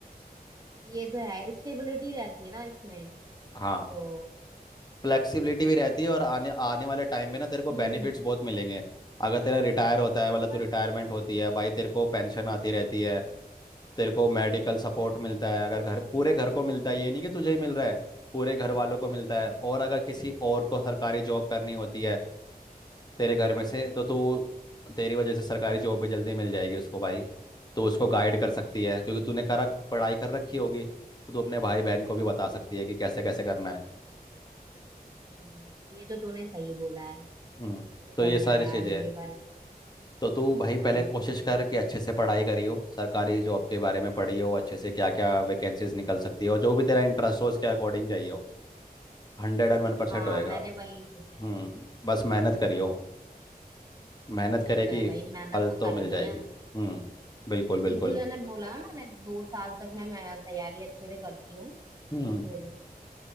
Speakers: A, on the right (about 25°); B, on the left (about 25°).
A: ये तो है स्टेबिलिटी रहती है ना इसमें
B: हाँ
A: तो
B: फ्लेक्सिबिलिटी
A: इसीलिए
B: भी रहती है और आने आने वाले टाइम पे ना तेरे को
A: हम्म
B: बेनिफिट्स बहुत मिलेंगे अगर तेरा रिटायर होता है वाला तो
A: और
B: रिटायरमेंट होती है भाई तेरे को पेंशन आती रहती है तेरे को मेडिकल
A: हम्म
B: सपोर्ट
A: हम्म
B: मिलता है अगर घर पूरे घर को मिलता है ये नहीं कि तुझे ही मिल रहा है पूरे घर वालों को मिलता है
A: हम्म हम्म
B: और अगर किसी और को सरकारी जॉब करनी होती है तेरे घर में
A: हम्म,
B: से
A: हम्म, हम्म,
B: तो तू तेरी वजह से सरकारी जॉब भी जल्दी मिल जाएगी उसको भाई तो उसको गाइड कर सकती है क्योंकि तूने करा पढ़ाई कर रखी होगी तो तू अपने भाई बहन को भी बता
A: ये
B: सकती है
A: तो
B: कि
A: है।
B: कैसे कैसे करना है
A: हम्म ये तो तूने सही बोला है
B: हम्म
A: ये
B: तो
A: बढ़िया
B: ये सारी
A: यार
B: चीज़ें
A: ये
B: हैं
A: वाला
B: तो तू भाई
A: हम्म
B: पहले कोशिश कर कि अच्छे से पढ़ाई करी हो सरकारी जॉब के बारे में पढ़ी हो अच्छे से क्या क्या
A: हम्म
B: वैकेंसीज
A: हम्म।
B: निकल सकती है और जो भी तेरा इंटरेस्ट हो उसके अकॉर्डिंग जाइए हो हंड्रेड एंड वन परसेंट
A: हाँ
B: होएगा
A: मैंने वही सोचा है
B: हम्म बस मेहनत करियो
A: हाँ
B: मेहनत
A: ये
B: करेगी
A: तो है भाई मेहनत
B: फल
A: तो
B: तो
A: करनी
B: मिल जाएगी
A: है
B: हम्म बिल्कुल बिल्कुल
A: इसीलिए ने बोला है मैंने दो साल तक मैं, मैं तैयारी अच्छे से करती हूँ
B: हम्म
A: फिर